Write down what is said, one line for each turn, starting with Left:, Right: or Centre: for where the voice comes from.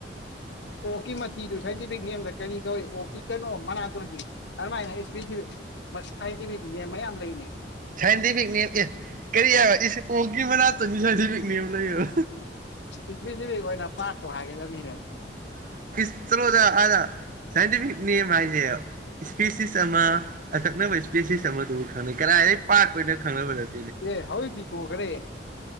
Left: ꯑꯣꯀꯤ ꯃꯊꯤꯗꯨ ꯁꯥꯏꯟꯇꯤꯐꯤꯛ ꯅꯦꯝꯗ ꯀꯔꯤ ꯀꯧꯏ ꯑꯣꯀꯤ ꯀꯅꯣ ꯃꯅꯥꯇꯣꯟꯁꯤ ꯑꯗꯨꯃꯥꯏꯅ ꯏꯁ ꯃꯁ ꯈꯥꯏꯗꯦ ꯃ ꯃꯌꯥꯝꯝ ꯂꯅꯦ
Right: ꯁꯥꯏꯟꯗꯤ ꯄꯤꯛꯅꯦ ꯑꯦ ꯀꯔꯤ ꯍꯥꯏ ꯏ ꯄꯒꯤ ꯃꯅꯥꯛꯇꯅꯤ ꯁꯥꯏꯗꯤ ꯄꯤꯛꯅꯦ ꯑꯃ ꯂꯩꯕ
Left: ꯏꯁꯄꯤꯁꯤꯐꯛ ꯑꯣꯏꯅ ꯄꯥꯔꯠꯇꯣ ꯍꯥꯏꯒꯗꯕꯅꯤꯅꯦ
Right: ꯆꯂꯑꯣꯗ ꯑꯗ ꯁꯥꯏꯟꯇꯤꯐꯤꯛ ꯅꯦꯝ ꯍꯥꯏꯁꯦ ꯏꯁꯄꯦꯁꯤꯁ ꯑꯃ ꯑꯀꯛꯅꯕ ꯏꯁꯄꯦꯁꯤꯁ ꯑꯃꯗꯨ ꯈꯪꯅꯩ ꯀ ꯄꯥꯛ ꯑꯣꯏꯅ ꯈꯪꯕ ꯅꯠꯇꯦ
Left: ꯑꯦ ꯍꯧꯖꯤꯛꯇꯤ ꯇꯣꯈ꯭ꯔꯦ